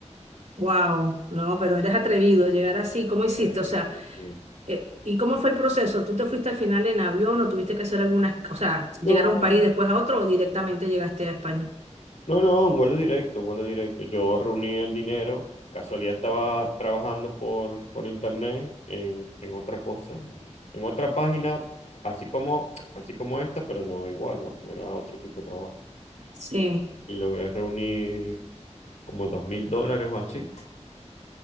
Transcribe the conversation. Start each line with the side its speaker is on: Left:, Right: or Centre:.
Right: Wow, no, pero eres atrevido llegar así. ¿Cómo
Left: Eh,
Right: hiciste? O sea,
Left: sí.
Right: eh, ¿y cómo fue el proceso? ¿Tú te fuiste al final en avión o tuviste que hacer algunas, o sea, llegar
Left: No,
Right: a un país después a otro o directamente llegaste a España?
Left: No, no, un vuelo directo, un vuelo directo. Yo reuní el dinero, casualidad estaba trabajando por, por internet en, en otra cosa, en otra página, así como, así como esta, pero no igual, vamos, era otro tipo de trabajo.
Right: Sí,
Left: Y logré reunir como dos mil dólares o así.